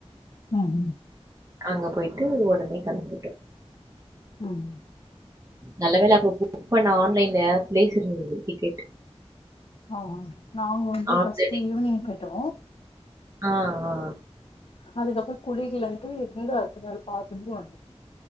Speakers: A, on the left; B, on the right.
A: ம் ம்
B: அங்க போயிட்டு உடனே கிளம்பிட்டோம்
A: ம்
B: நல்ல வேல அப்ப புக் பண்ண ஆன்லைன்ல பிளேஸ் இருந்தது டிக்கெட்
A: ஆ ஆ நாங்க வந்து
B: ஆல்ரெடி
A: ஃபர்ஸ்ட் ஈவி்னிங் போயிட்டோ
B: ஆ ஆ
A: அதுக்கப்ற குளிர்ல இருந்து அடுத்த நாள் பார்த்துட்டு வந்